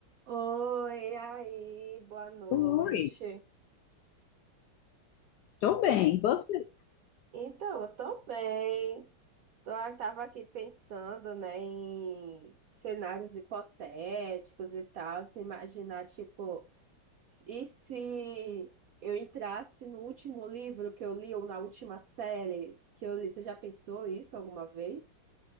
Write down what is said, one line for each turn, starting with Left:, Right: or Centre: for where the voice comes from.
Right: Oi, aí, boa noite.
Left: Oi, tô bem.
Right: Bom,
Left: E Você
Right: Então, eu tô bem. Tô, eu tava aqui pensando, né, em cenários hipotéticos e tal, se imaginar, tipo, e se eu entrasse no último livro que eu li ou na última série que eu li? Você já pensou isso alguma vez?